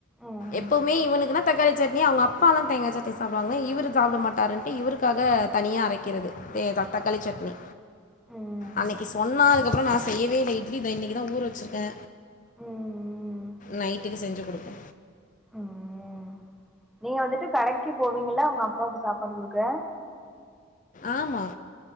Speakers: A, in the centre; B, on the left (about 40°).
A: ம்.
B: எப்பவுமே இவனுக்குனா தக்காளி சட்னி அவுங்க அப் அப்பாலா தேங்கா சட்னி சாப்புடுவாங்க இவரு சாப்ட மாட்டாருன்ட்டு இவருக்காக தனியா அரைக்கிறது தே தக்காளி சட்னி
A: ம்.
B: அன்னைக்கு சொன்ன அதுக்கப்பற நா செய்யவே இல்ல இட்லி தா இன்னைக்கு தா ஊர வெச்சுருக்கே
A: ம்.
B: நைட்டுக்கு செஞ்சு குடுப்போ
A: ம் நீங்க வந்துட்டு கடைக்கு போவீங்கள உங்க அப்பாவுக் சாப்பாடு குடுக்க
B: ஆமா